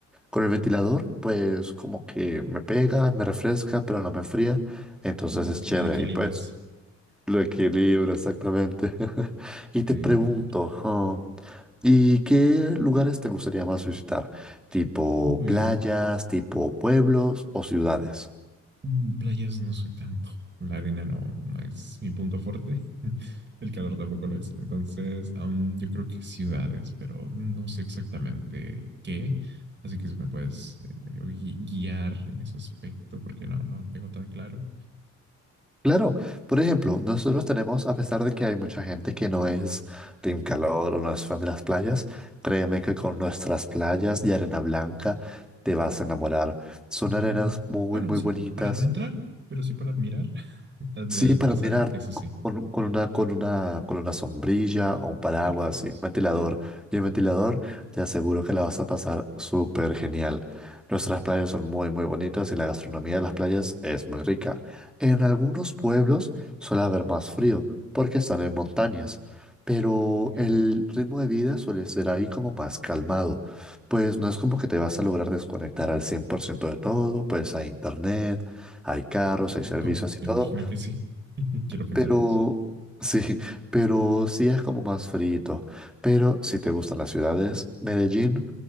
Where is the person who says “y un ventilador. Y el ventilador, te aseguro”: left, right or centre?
Centre